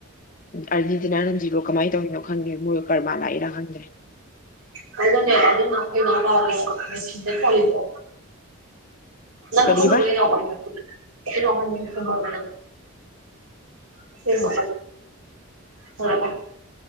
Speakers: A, on the left; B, on the right.
A: ꯑꯔꯖꯦꯟꯇꯤꯅꯥ ꯖꯤꯔꯣ ꯀꯃꯥꯏꯅ ꯇꯧꯔꯤꯅꯣ ꯈꯪꯗꯦ ꯃꯣꯏ ꯀꯔꯃ ꯂꯛꯏꯔ ꯈꯪꯗ꯭ꯔꯦ
B: ꯀꯩꯅꯣꯅꯦ ꯑꯗꯨꯅ ꯑꯩꯈꯣꯏ ꯏꯅꯥꯎꯄꯥꯗꯣ ꯃꯦꯁꯤꯅꯦ ꯈꯜꯂꯤꯗꯣ ꯅꯪ
A: ꯀꯔꯤꯕ
B: ꯈꯪꯕꯔ ꯑꯩ ꯏꯅꯥꯎꯄ ꯃꯁꯛ ꯏꯅꯥꯎꯄꯥ ꯃꯁꯛ ꯈꯪꯕꯔ ꯑꯁꯦꯡꯕ ꯍꯣꯏ ꯍꯣꯏ